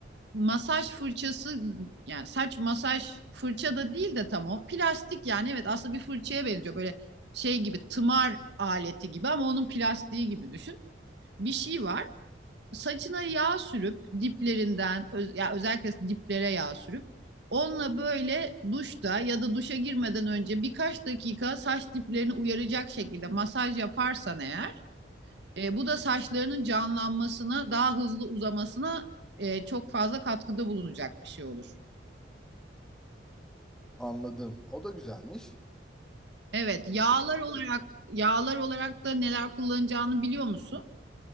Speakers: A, on the right (about 65°); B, in the centre.
A: masaj fırçası yani saç masaj fırça da değil de tam o plastik yani evet aslında bir fırçaya benziyor böyle şey gibi tımar aleti gibi ama onun plastiği gibi düşün bir şey var. Saçına yağ sürüp diplerinden öz- ya özellikle diplere yağ sürüp onunla böyle duşta ya da duşa girmeden önce birkaç dakika saç diplerini uyaracak şekilde masaj yaparsan eğer e, bu da saçlarının canlanmasına daha hızlı uzamasına e, çok fazla katkıda bulunacak bir şey olur.
B: Anladım. O da güzelmiş.
A: Evet, yağlar olarak yağlar olarak da neler kullanacağını biliyor musun?